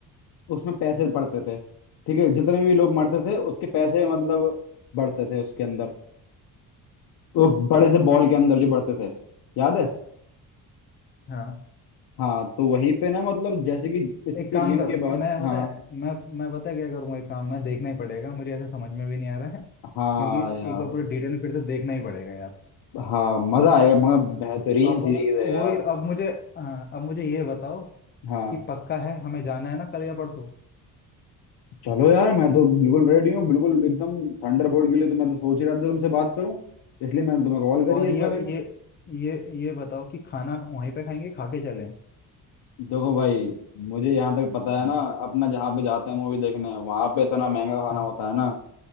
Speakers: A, on the left; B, on the left.
A: उसमें पैसे बढ़ते थे ठीक है जितने भी लोग मरते थे उसके पैसे मतलब बढ़ते थे उसके अंदर वो बड़े से बॉल के अंदर जो बढ़ते थे याद है
B: हाँ
A: हाँ तो वहीं पे ना मतलब जैसे कि इसके
B: एक काम
A: गेम
B: करो
A: के बाद
B: मैं पता
A: हाँ
B: है मैं मैं पता है क्या करूंगा एक काम मैं देखना ही पड़ेगा मुझे ऐसे समझ में भी नहीं आ रहा है
A: हाँ
B: क्योंकि
A: यार
B: एक बार पूरे डिटेल में फिर से देखना ही पड़ेगा यार
A: हाँ मजा आएगा मगर बेहतरीन
B: अपन
A: सीरीज है यार
B: वही अब मुझे हाँ, अब मुझे ये बताओ
A: हाँ
B: कि पक्का है हमें जाना है ना कल या परसों
A: चलो यार मैं तो बिल्कुल रेडी हूँ बिल्कुल एकदम थंडरबोल्ट के लिए तो मैं तो सोच ही रहा था तुमसे बात करूं इसलिए मैंने तुम्हें कॉल करी
B: और
A: है इस
B: ये
A: बारे में
B: ये ये ये बताओ कि खाना वहीं पे खाएंगे खा के चलें
A: देखो भाई मुझे यहाँ तक पता है
B: हाँ
A: ना अपना जहाँ पे जाते हैं मूवी देखने वहां पे इतना महंगा खाना
B: हाँ
A: होता है ना